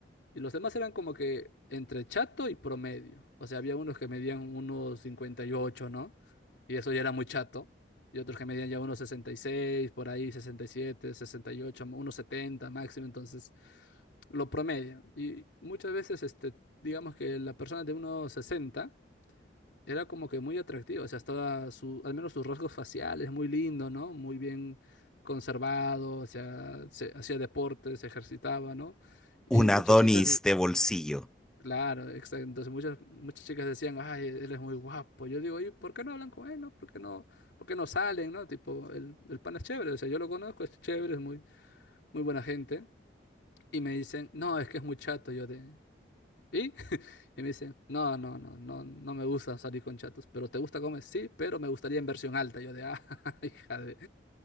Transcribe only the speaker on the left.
Y los demás eran como que entre chato y promedio. O sea, había unos que medían unos cincuenta y ocho ¿no? Y eso ya era muy chato. Y otros que medían ya unos sesenta y seis por ahí sesenta sesenta y siete sesenta y ocho unos 70 máximo. Entonces, lo promedio. Y muchas veces, este, digamos que la persona de unos 60 era como que muy atractiva, o sea, estaba su, al menos sus rasgos faciales, muy lindo, ¿no? Muy bien conservado, o sea, se- hacía deporte, se ejercitaba, ¿no? Y
muchas
chicas, de-
claro, exacto, entonces muchas, muchas chicas decían, ay, él es muy guapo. Yo digo, ¿y por qué no hablan con él, no? ¿Por qué no, por qué no salen, no? Tipo, el, el pan es chévere, o sea, yo lo conozco, es chévere, es muy, muy buena gente. Y me dicen, no, es que es muy chato, yo de, ¿Y? <laughs> Y me dice, no, no, no, no, no me gusta salir con chatos, pero ¿te gusta comer? Sí, pero me gustaría en versión alta. Yo de, ah, <laughs> hija de...